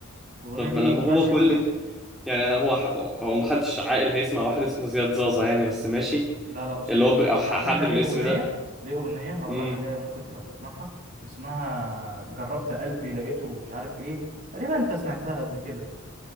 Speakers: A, on the right (about 35°); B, in the centre.
A: الاغنيه
B: طب
A: دي
B: ما لما
A: بشعه
B: هو كل
A: يا اسطى
B: يعني هو ح- هو محدش عاقل هيسمع واحد اسمه زياد زازا يعني بس ماشي
A: لا لا اسطوري
B: اللي هو بقى ح-
A: على فكره
B: حد
A: ليه
B: بالاسم
A: اغنيه
B: ده
A: ليه اغنيه أنا هقول
B: امم
A: لك عليها ممكن تبقى تسمعها اسمها جربت قلبي لقيته مش عارف ايه تقريبا انت سمعتها قبل كده